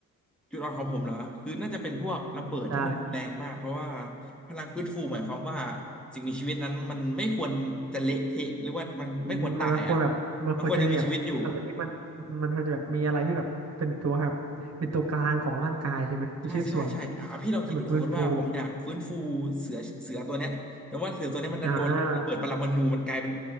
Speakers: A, in the centre; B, on the right.
A: จุดอ่อนของผมเหรอคือน่าจะเป็นพวกระเบิดที่มันรุนแรงมากเพราะว่า
B: ใช่
A: พลังฟื้นฟูหมายความว่าสิ่งมีชีวิตนั้นมันไม่ควรจะเละเทะหรือว่ามันไม่ควรตายอ่ะ
B: อืมมันควรแบบมันควรจะมีแบบอะไรที่มัน
A: มันควรยังมีชีวิตอยู่
B: มันควรจะแบบมีอะไรที่แบบเป็นตัวแบบเป็นตัวกลางของร่างกายใช่ไหมเป็นชิ้นส่วน
A: ใช่ใช่ใช่อ่ะพี่ลองคิดดูสมมติว่าผมอยากฟื้นฟูเสือเสือตัวเนี้ยแต่ว่าเสือตัวเนี้ยมันดันโดนระเบิดปรมาณูมันกลายเป็น
B: ให้มันฟื้นฟูอ่า